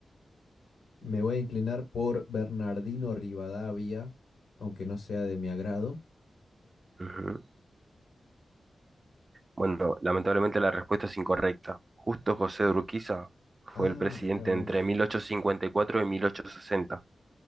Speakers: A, on the left; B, on the right.
A: Me voy a inclinar por Bernardino Rivadavia, aunque no sea de mi agrado.
B: Ujú. Bueno, lamentablemente la respuesta es incorrecta. Justo José de Urquiza fue
A: Ah,
B: el presidente
A: mira vos.
B: entre mil ochocientos cincuenta y cuatro y mil ochocientos sesenta,